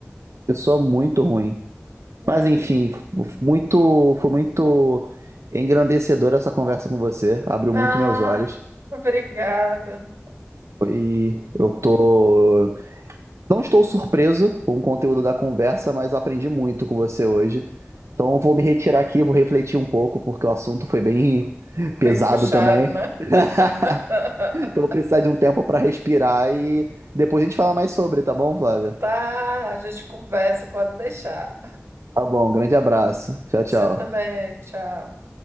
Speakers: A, on the right; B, on the right.
A: pessoa muito ruim. Mas
B: é.
A: enfim, f- muito, foi muito engrandecedora essa conversa com você, abriu
B: Ah,
A: muito meus olhos.
B: obrigada.
A: E eu tô Não estou surpreso com o conteúdo da conversa, mas eu aprendi muito com você hoje. Então eu vou me retirar aqui, vou refletir um pouco, porque o assunto foi bem pesado
B: Bem puxado,
A: também.
B: né?
A: <laughs>
B: <laughs>
A: Então eu vou precisar de um tempo para respirar e depois a gente falar mais sobre, tá bom, Flávia?
B: Tá, a gente conversa, pode deixar.
A: Tá bom, grande abraço. Tchau, tchau.
B: Você também. Tchau.